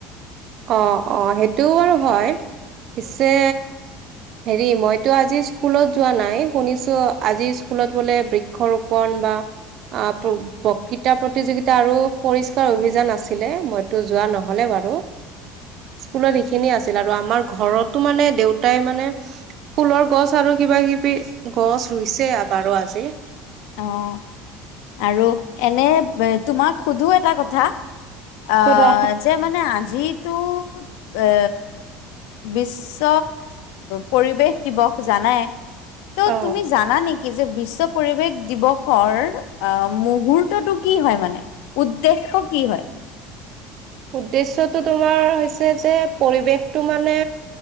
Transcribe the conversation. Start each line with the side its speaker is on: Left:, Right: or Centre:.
Right: অহ-অহ, সেইটোও বাৰু হয়। পিছে হেৰি মইতো আজি স্কুলত যোৱা নাই, শুনিছো আজি স্কুলত বোলে বৃক্ষ ৰোপণ বা প্ৰকৃতা প্ৰতিযোগিতা আৰু পৰিষ্কাৰ অভিযান আছিলে মইতো যোৱা নহ'লে বাৰু। স্কুলত এইখিনিয়ে আছিল আৰু আমাৰ ঘৰতো মানে দেউতাই মানে ফুলৰ গছ আৰু কিবা-কিবি গছ ৰুইছে বাৰু আজি।
Left: অহ, আৰু এনে তোমাক সোধো এটা কথা অহ,
Right: সোধা
Left: যে মানে আজিতো এ বিশ্ব পৰিৱেশ দিৱস জানাই ত
Right: অ
Left: তুমি জানা নেকি কি যে বিশ্ব পৰিৱেশ দিৱসৰ আহ মুহুৰ্তটো কি হয় মানে, উদ্দেশ্য কি হয়?
Right: উদ্দেশ্যয়টো তোমাৰ হৈছে যে পৰিৱেশটো মানে